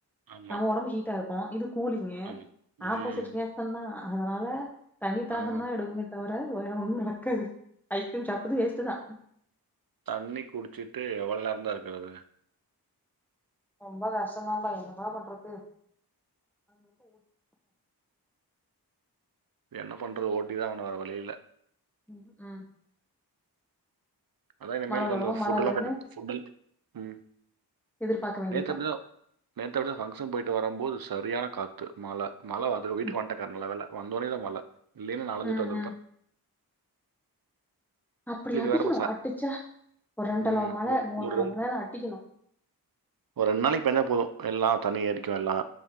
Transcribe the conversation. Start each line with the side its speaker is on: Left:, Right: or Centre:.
Right: ஆமா
Centre: நம்ம ஒடம்பு ஹீட்டா இருக்கு இது கூலிங்கு
Right: ஆமா
Centre: ஆப்போசிட்ங்க
Right: ம்
Centre: தந்தான் அதனால தண்ணித்தாகந்தா
Right: ஆமா
Centre: எடுக்குமே தவர வேற ஒண்ணு நடக் கது ஐஸ்கிரீம் சாப்டது வேஸ்டுதா
Right: தண்ணி குடுச்சிட்டு எவ்வள்நேரந்தா இருக்குறது
Centre: ரொம்ப கஷ்டதான்ம்ப்பா என்னப்பா பண்றது
Right: என்ன பண்றது ஓட்டி தா ஆகனுமக்ஷ வேர வழியில்ல
Centre: ம் ம்
Right: அதா இனிமேல்
Centre: மழ
Right: கந்தோ
Centre: வரும்,
Right: ஃபுட்டெல்லா
Centre: மழ வரும்ன்னு
Right: பன்ட்டு ஃபுட்டி ம்
Centre: எதிர்பார்க்க வேண்டியதான்.
Right: நேத்தப்டிதாவ் நேத்தப்டிதா ஃபங்க்ஷன் பொய்ட்டு வரம்போது சரியான காத்து மழ‌ மழவது வீட்டுக்கு
Centre: ம்,
Right: வண்டேக்கா நல்ல வேல வந்தோனே தா மழ இல்லேனா நாளஞ்சுட்
Centre: ம்,
Right: வந்துருப்பே
Centre: ம். அப்படி அடிக்கணு
Right: வேற பட் ச
Centre: அடுச்சா ஒரு ரெண்டளவ்
Right: ம்.
Centre: மல
Right: ஒ
Centre: மூணள
Right: ஒரு
Centre: மலன்னா அடிக்கிணு
Right: ஒர் ரெண்ட் நாளிக் பெஞ்சா போது எல்லா தண்ணி ஏரிக்குயெல்லா